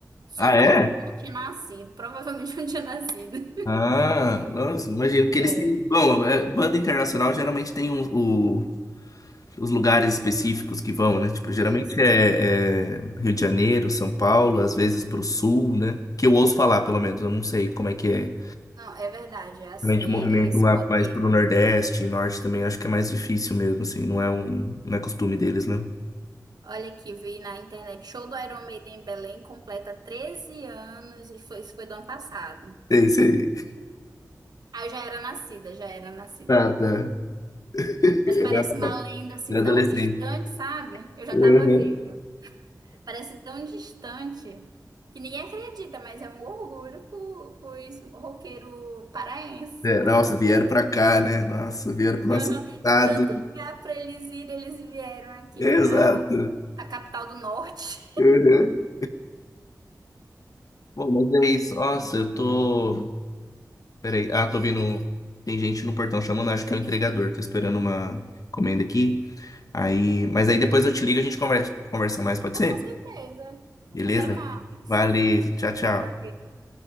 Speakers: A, on the right (about 75°); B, on the left (about 55°).
A: Só
B: Ah,
A: que
B: é?
A: eu não tinha nascido, provavelmente <laughs> eu não tinha nascido.
B: Ah, nossa, imagino que eles
A: É,
B: têm. Bom, é, banda internacional geralmente tem um- o- os lugares específicos que vão, né? Tipo, geralmente
A: isso.
B: é, é Rio de Janeiro, São Paulo, às vezes pro sul, né? Que eu ouço falar, pelo menos, eu não sei como é que é
A: Não, é verdade, é assim,
B: Realmente o movimento
A: é esse
B: lá
A: roteiro.
B: mais pro Nordeste e Norte também acho que é mais difícil mesmo, assim, não é um, não é costume deles, né?
A: Olha aqui, vi na internet, show do Iron Maiden em Belém completa 13 anos e foi, isso foi do ano passado.
B: Sei, sei.
A: Ah, eu já era nascida, já era nascida.
B: Tá, tá. Era,
A: Mas parece uma lenda assim
B: era adolescente.
A: tão distante, sabe? Eu já
B: Uhum.
A: tava viva. Parece tão distante que ninguém acredita, mas é um orgulho pro, pros roqueiro paraense.
B: É, nossa, vieram pra cá, né? Nossa, vieram pro nosso
A: Aham.
B: estado.
A: Tanto lugar para eles irem, eles vieram aqui
B: Exato.
A: para a capital do norte.
B: Uhum. Bom, mas é isso. Nossa, eu tô. Peraí. Ah, tô vindo. Tem gente no portão chamando, acho que é o entregador. Tô esperando uma encomenda aqui. Aí... Mas aí depois eu te ligo e a gente conversa, conversa mais, pode
A: Ah,
B: ser?
A: com certeza.
B: Beleza?
A: Até mais.
B: Valeu, tchau, tchau.
A: Valeu.